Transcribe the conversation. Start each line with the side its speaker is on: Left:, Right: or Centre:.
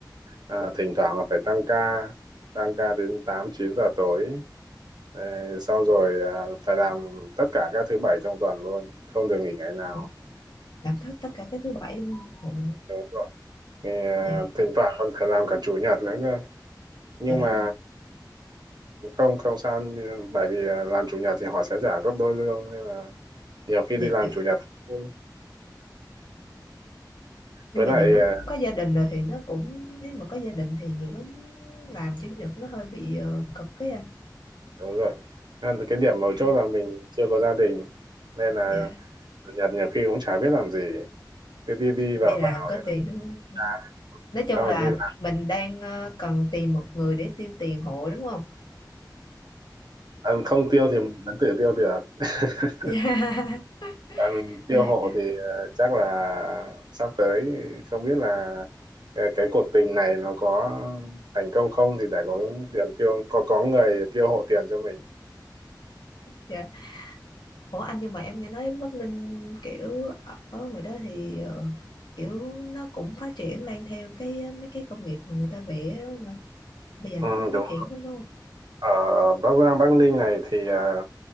Right: à, thỉnh thoảng là phải tăng ca tăng ca đến tám chín giờ tối Ờ, xong rồi à, phải làm tất cả các thứ bảy trong tuần luôn không được nghỉ ngày nào
Left: ủa, làm hết tất cả cái thứ bảy đúng không ủa
Right: đúng rồi Thì, à,
Left: dạ
Right: thỉnh thoảng còn phải làm cả chủ nhật nữa cơ nhưng
Left: trời đất
Right: mà
Left: ơi
Right: không không sao như- bởi vì à, làm chủ nhật thì họ sẽ trả gấp đôi lương nên là nhiều khi
Left: dạ
Right: đi làm chủ nhật cũng vui
Left: nhưng
Right: với
Left: mà
Right: lại
Left: nhiều lúc
Right: à,
Left: có gia đình rồi thì nó cũng nếu mà có gia đình thì nhiều lúc làm chủ nhật nó hơi bị ờ, cực với anh
Right: đúng rồi à, cái điểm mấu
Left: dạ
Right: chốt là mình chưa có gia đình nên là
Left: dạ
Right: chủ nhật nhiều khi cũng chả biết làm gì cứ đi đi vào
Left: đi làm
Right: vào
Left: có
Right: thì nó
Left: tiền đúng không Dạ.
Right: chán
Left: nói chung
Right: xong
Left: là
Right: rồi đi làm
Left: mình đang ờ, cần tìm một người để tiêu tiền hộ đúng không
Right: Ờ, không tiêu thì mình vẫn tự tiêu được <laughs>
Left: dạ
Right: còn tiêu
Left: <laughs>
Right: hộ thì ờ, chắc là sắp tới không biết là ờ, cái cuộc tình này nó có thành công không thì để có tiền tiêu có có người tiêu hộ tiền cho mình
Left: dạ ủa anh nhưng mà em nghe nói Bắc Ninh kiểu ở ngoài đó thì ờ, kiểu nó cũng phát triển lên theo cái ờ, mấy cái công nghiệp mà người ta vẽ đúng không anh bây giờ
Right: ừ,
Left: nó cũng
Right: đúng
Left: phát triển lắm đúng không
Right: Ở Bắc Giang, Bắc Ninh này thì à,